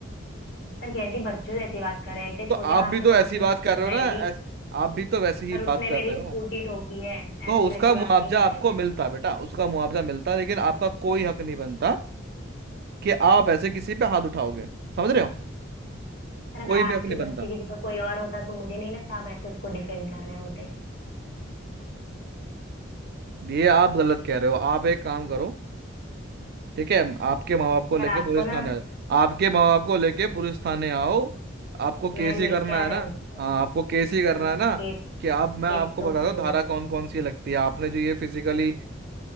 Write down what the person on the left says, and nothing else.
सर कैसी बच्चों जैसी बात कर रहे हैं, इतने
छोटे
हाथ
से
कौन सी
नस
दब
जाएगी
सर
उसने
मेरी
स्कूटी ठोकी है
ऐसी
वैसी बात
नहीं कर
रही मैं
सर अगर
आपके
बच्चे
की जगह कोई और होता तो मुझे नहीं लगता आप ऐसे उसको डिफेंड कर रहे होते
सर
आपको
ना
मैं
लेके
आ
जाऊंगी
सर
हम्म,
केस
केस तो
करूंगी
मैं